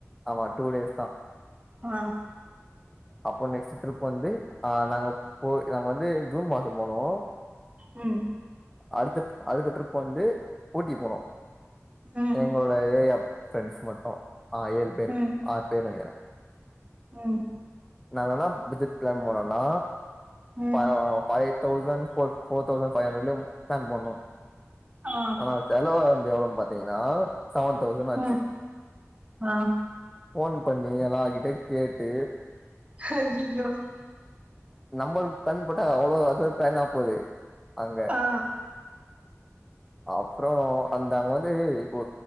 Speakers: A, in the centre; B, on the right (about 25°).
A: ஆமா டூ டேஸ் தான்
B: ஆஹ
A: அப்போ நெக்ஸ்ட் ட்ரிப் வந்து ஆஹ் நாங்க போ நாங்க வந்து ஜூன் மாசம் போனோம்
B: உம்
A: அடுத்த அடுத்த டரிப் வந்து போட்டி போனோம்
B: ம்
A: எங்களோட ஏரியா ப்ரெண்ட்ஸ் மட்டும் ஆஹ் ஏழு பேர்
B: ம்
A: ஆறு பேர் நினைக்கிறேன்
B: ம்
A: நாங்க என்னா பஜட் கிளைம் போனோம்னா
B: ம்
A: பை five thousand ஃபோட் four thousand five ஹண்ரட்லயே ஃப்ளான் போண்ணோ
B: ஆ
A: ஆனா செலவா வந்து எவ்ளோனு பாத்தீங்ன்னா செவன் தௌசண் ஆச்சு
B: ம் ஆ
A: போன் பண்ணி எல்லார்கிட்டயோ கேட்டு
B: அய்யயோ
A: நம்பர் பின் போட்ட அவ்ளோ அ ஒரு பேனா போது அங்க
B: ஆ
A: அப்றோ அந்த அங்க வந்து இப்போ